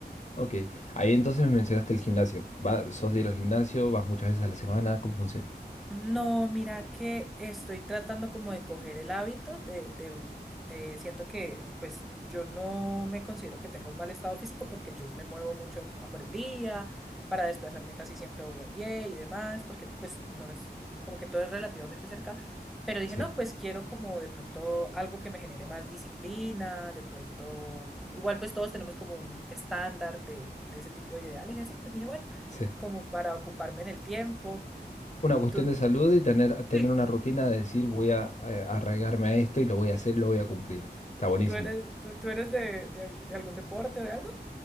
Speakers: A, on the left; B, in the centre.
A: Ok. Ahí entonces me mencionaste el gimnasio. ¿Va, sos de ir al gimnasio? ¿Vas muchas veces a la semana? ¿Cómo funciona?
B: No, mira que estoy tratando como de coger el hábito de, de eh, siento que pues yo no me considero que tengo un mal estado físico porque yo me muevo mucho a por el día, para desplazarme casi siempre voy a pie y demás, porque pues no es como que todo es relativamente cerca, pero dije,
A: Sí,
B: no, pues quiero como de pronto algo que me genere más disciplina, de pronto, como- igual pues todos tenemos como un estándar de, de ese tipo de ideales y así, pues dije, bueno,
A: sí.
B: como para ocuparme en el tiempo.
A: Una cuestión
B: ¿Tú,
A: de salud y tener, tener
B: Sí.
A: una rutina de decir voy a, eh, arraigarme a esto y lo voy a hacer, lo voy a cumplir. Está
B: ¿Tú,
A: buenísimo.
B: tú eres, tú, tú eres de, de- de algún deporte, de algo?